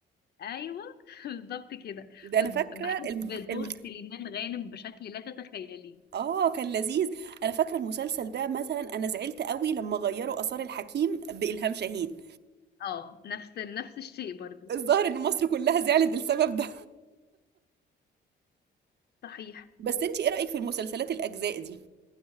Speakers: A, on the left; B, on the right.
A: ايوه <laughs> بالظبط كده
B: ده
A: كنت
B: أنا فاكرة
A: بحب
B: الم...
A: دور
B: الم...
A: سليمان غانم بشكل لا تتخيليه
B: آه كان لذيذ أنا فاكرة المسلسل ده مثلا أنا زعلت قوي لما غيروا آثار الحكيم بإلهام شاهين
A: اه نفس نفس الشيء برضو
B: الظاهر إن مصر كلها زعلت للسبب ده
A: صحيح
B: بس انتي ايه رأيك في المسلسلات الأجزاء دي؟